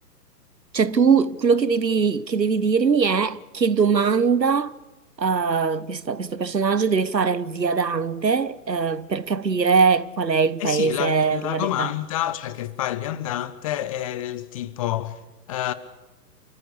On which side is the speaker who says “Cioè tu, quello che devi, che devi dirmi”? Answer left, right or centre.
Right